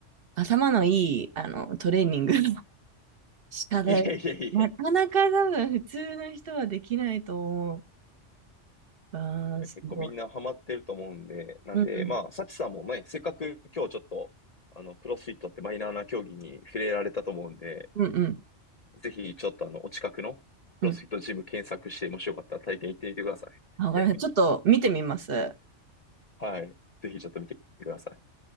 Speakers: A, on the right; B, on the left.
A: 頭のいい、あの、トレーニングの <laughs> 仕方、
B: いやいやいやいや。
A: なかなか多分普通の人はできないと思う。ああすごい。
B: いや、結構みんなハマってると思うんで、なんで、
A: うんうん
B: まあ、サチさんもね、せっかく今日ちょっと、あの、クロスフィットってマイナーな競技に触れられたと思うんで、
A: うんうん。
B: ぜひ、ちょっとあの、お近くのクロスフィットジム検索して、
A: うん。
B: もしよかったら体験行ってみてください。
A: わかりました。
B: <laughs>
A: ちょっと見てみます。
B: はい。ぜひちょっと見てください。